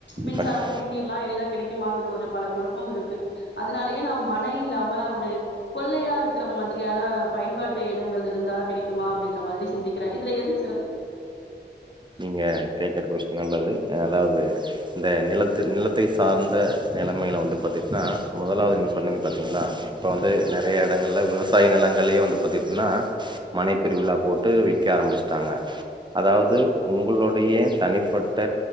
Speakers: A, on the left (about 70°); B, on the right (about 25°).
A: மின்சாரம்
B: நன்றி
A: குடிநீர்லா எளிதா கிடைக்குமாங்கற ஒரு பல குழப்பம் இருக்கு அதனாலயே நா மனை இல்லாம ஒரு கொள்ளையா இருக்கற மாதிரியான பயன்பாட்டு இடங்கள் இருந்தா கிடைக்குமா அப்டிங்கற மாரி சிந்திக் க்குறே இதுல எது
B: நீங்க கேக்குற கொஷின் நல்லது அதாது இந்த நிலத்து நிலத்தை சார்ந்த நிலைமைல வந்து பாத்துகிட்னா முதலாது நீங்க சொன்னிங்க பாத்திங்களா இப்ப வந்து நெறைய எடங்கள்ல விவசாய நிலங்களே வந்து பாத்துகிட்னா மனைப்பிரிவுகளா போட்டு விக்க ஆரம்பிச் டாங்க அதாவது உங்களுடைய தனிப்பட்ட